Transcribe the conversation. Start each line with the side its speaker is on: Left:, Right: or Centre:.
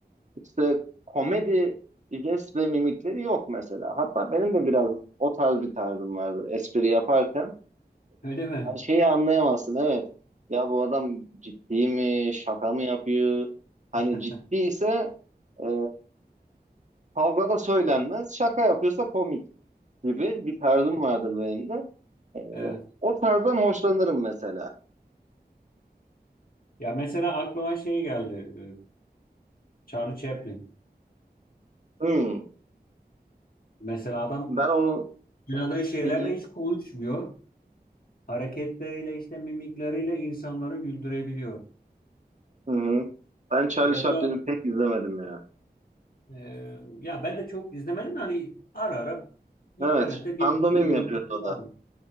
Right: işte komedi jest ve mimikleri yok mesela. Hatta benim de biraz o tarz bir tarzım vardır espri yaparken.
Left: Öyle mi?
Right: Hani şeyi anlayamazsın evet. Ya bu adam ciddi mi, şaka mı yapıyor? Hani
Left: <laughs>
Right: ciddiyse e, kavgada söylenmez, şaka yapıyorsa komik. gibi bir tarzım vardır benim de. Ee,
Left: Evet.
Right: o tarzdan hoşlanırım mesela.
Left: Ya mesela aklıma şey geldi. e, Charlie Chaplin.
Right: Hmm,
Left: Mesela adam
Right: ben onu
Left: oynadığı şeylerle
Right: hı hı,
Left: hiç konuşmuyor. Hareketleriyle işte mimikleriyle insanları güldürebiliyor.
Right: hı hı. Ben Charlie
Left: Ya
Right: Chaplin'i
Left: da
Right: pek izlemedim ya.
Left: e, ya ben de çok izlemedim de hani ara ara internette
Right: Evet,
Left: bir
Right: pandomim
Left: de görmüştüm
Right: yapıyordu o
Left: vardı.
Right: da.